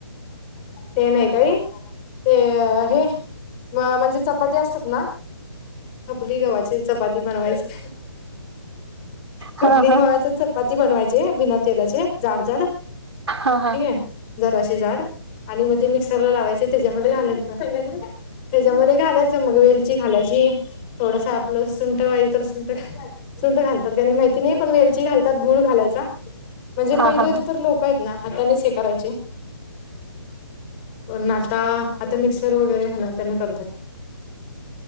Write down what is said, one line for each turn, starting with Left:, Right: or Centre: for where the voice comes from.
Left: ते नाही काही. ते, हे. म-म्हणजे चपाती असतात ना? खपली गव्हाची, चपाती बनवायची. खपली
Right: हा हा
Left: गव्हाचं च पाती बनवायची, बिना तेलाची जाड-जाड
Right: हा हा
Left: ठीक आहे, जराशी जाड. आणि मग ते मिक्सर ला लावायचं, त्याच्यामध्ये घालायचं त्याच्यामध्ये घालायचं मग, वेलची घालायची. थोडसं आपलं सुंठं पाहिजे तर, सुंठं घाला सुंठं घालतात का नाही, माहिती नाही. पण वेलची घालतात, गुळ घालायचा. म्हणजे
Right: हा
Left: पहिले
Right: हा हा
Left: तर, लोकं आहेत ना? हातानेच हे करायचे. पण आता, आता मिक्सर वगैरे आहे ना! त्यानं करतात.